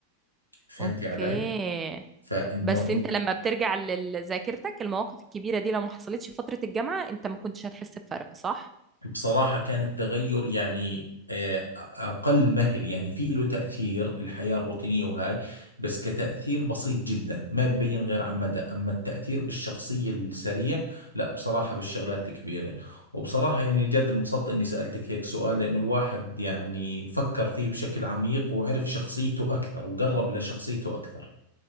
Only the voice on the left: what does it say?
فهمتي
علي فانه
بصراحة كان التغير يعني آه، أقل مهل يعني في له تأثير الحياة الروتينية وهاي بس كتأثير بسيط جدا ما ببين غير على مدى أما التأثير بالشخصية السريع لا بصراحة بالشغلات الكبيرة وبصراحة يعني جد انبسطت إني سألتك هيك سؤال لأنه الواحد يعني فكر فيه بشكل عميق وعرف شخصيته أكثر وقرب لشخصيته أكثر